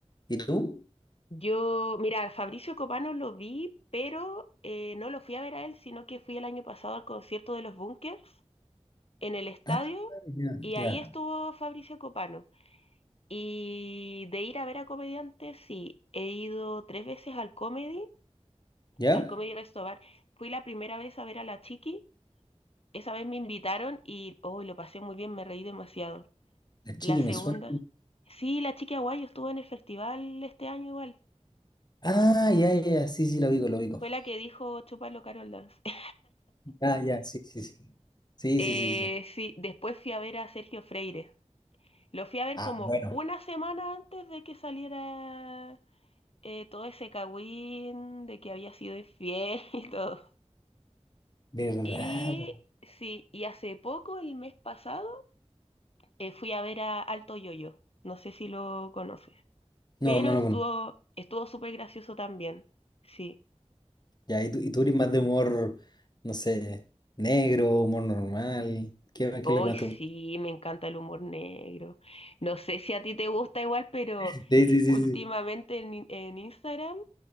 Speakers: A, on the left (about 35°); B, on the left (about 55°).
A: ¿Y tú?
B: yo, mira, Fabricio Copano lo vi, pero eh, no lo fui a ver a él, sino que fui el año pasado al concierto de los Bunkers en el estadio
A: Ah, ya,
B: y
A: ya.
B: ahí estuvo Fabricio Copano. Y de ir a ver a comediantes, sí, he ido tres veces al Comedy,
A: ¿Ya?
B: al Comedy Resto Bar. Fui la primera vez a ver a la Chiqui, esa vez me invitaron y oh, lo pasé muy bien, me reí demasiado.
A: La chiqui
B: La segunda.
A: me suena.
B: Sí, la chica guayo estuvo en el festival este año igual.
A: Ah, ya, ya, ya, sí, sí, lo ubico, lo ubico.
B: Fue la que dijo Chúpalo Carol Dance. <laughs>
A: Ah, ya, sí, sí, sí. Sí,
B: Eh,
A: sí, sí, sí.
B: sí, después fui a ver a Sergio Freire. Lo fui a ver
A: Ah,
B: como
A: bueno,
B: una semana antes de que saliera eh, todo ese cagüín de que había sido infiel <laughs> y todo.
A: ¿verdad?
B: Y
A: po?
B: sí, y hace poco, el mes pasado, eh, fui a ver a Alto Yoyo. No sé si lo conoces.
A: No,
B: Pero
A: no
B: estuvo,
A: lo conozco.
B: estuvo súper gracioso también. Sí.
A: Ya, y tú, y tú eres más de humor, no sé, negro, humor normal. ¿Qué, qué es
B: Hoy
A: lo que más
B: sí,
A: te gusta? <laughs>
B: me encanta el humor negro. No sé si a ti te gusta igual, pero
A: Sí, sí, sí,
B: últimamente
A: sí.
B: en, in- en Instagram